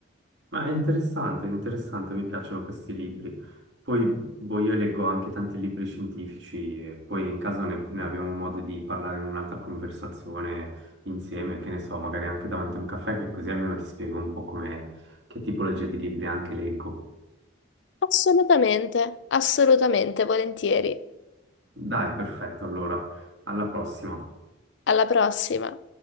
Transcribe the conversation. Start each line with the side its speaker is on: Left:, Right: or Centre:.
Right: Ma è interessante, è interessante, mi piacciono questi libri. Poi, boh, io leggo anche tanti libri scientifici, e poi in caso ne, ne abbiamo modo di parlare in un'altra conversazione insieme, che ne so, magari anche davanti a un caffè, che così almeno ti spiego un po' come, che tipologia di libri anche leggo.
Left: Assolutamente, assolutamente, volentieri.
Right: Dai, perfetto, allora, alla prossima.
Left: Alla prossima.